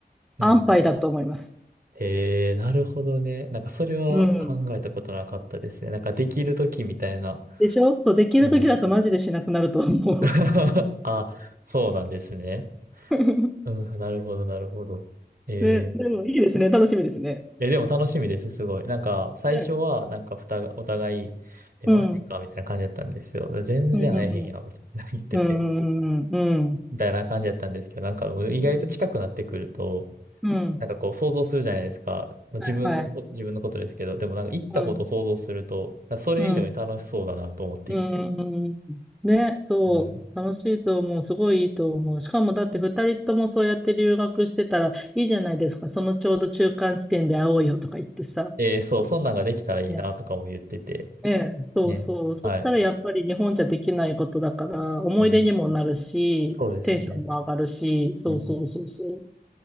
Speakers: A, on the right (about 60°); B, in the centre.
A: うん。
B: 安牌だと思います。
A: へえ、なるほどね。なんかそれは考えたことなかったですね。
B: うん。
A: なんかできるときみたいな。
B: でしょそう、できる時だとマジでしなくなると思う。
A: うん。<laughs> あ、そうなんですね。
B: <laughs>
A: うん、なるほど、なるほど。えー、
B: ね、でもいいですね。楽しみですね。
A: え、でも楽しみです、すごい。なんか最初はなんかふたが、
B: ね
A: お互い、え、
B: うん。
A: マジかみたいな感じだったんですよ。全然会えへんやん、
B: うんうん
A: みたいな言ってて、
B: うんうん。うんうんうんうん。
A: みたいな感じだったんですけど、なんか意外と近くなってくると、
B: うん。うん。
A: なんかこう想像するじゃないですか。まあ自分のこ、
B: はいはい。
A: 自分のことですけど、でもなんか行ったことを想像すると、
B: うん。
A: なんかそれ以上に楽しそうだなと思ってきて。
B: うん。うーん。ね、そう。
A: うん。
B: 楽しいと思う。すごいいいと思う。しかもだって二人ともそうやって留学してたらいいじゃないですか。そのちょうど中間地点で会おうよとか言ってさ。
A: えーそう、そんなんができたらいいなとかも言ってて。
B: ね、ね、そうそう。
A: ね。
B: そしたらやっぱり日本じゃできないことだから、
A: はい。
B: 思い出にもなるし、
A: うん。そうですね。
B: テンションも上がるし、そうそうそうそう。
A: うん。